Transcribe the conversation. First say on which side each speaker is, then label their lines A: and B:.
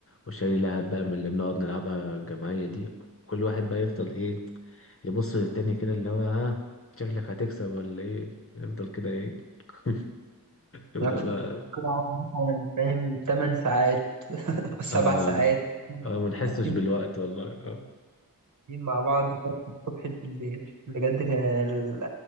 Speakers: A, on the left; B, on the right.
A: وشاري لعب بقى من اللي بنقعد نلعبها الجماعية دي كل واحد بقى يفضل ايه يبص للتاني كده اللي هو ها شكلك هتكسب ولا ايه يفضل كده ايه <laughs> يفضل
B: انا كنت
A: بقى
B: كنت اقعد مثلا فاهم 8 ساعات 7
A: اه
B: ساعات
A: اه ما نحسش
B: حاسين
A: بالوقت والله آه.
B: قاعدين مع بعض من الصبح بالليل بجد كان ال-